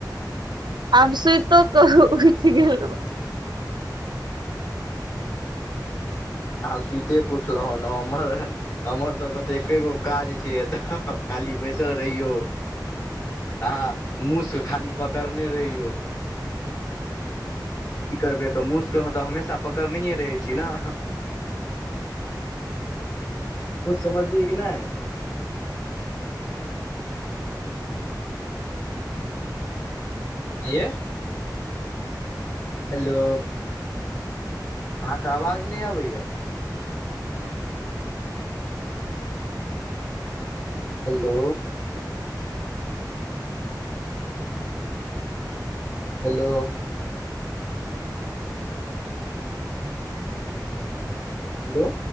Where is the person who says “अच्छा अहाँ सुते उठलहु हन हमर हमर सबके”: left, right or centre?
Left